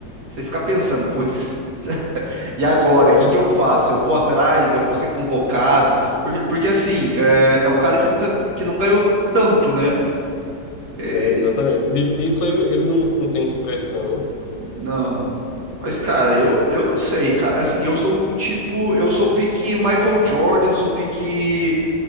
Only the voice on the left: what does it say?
É,
é, exatamente. De título, ele, ele não, não tem expressão. né?